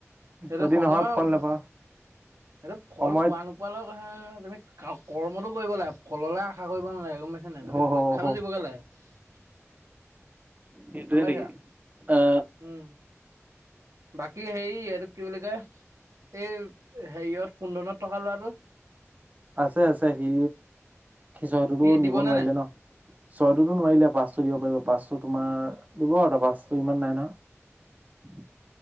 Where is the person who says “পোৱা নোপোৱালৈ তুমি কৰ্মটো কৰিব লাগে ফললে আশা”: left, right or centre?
Right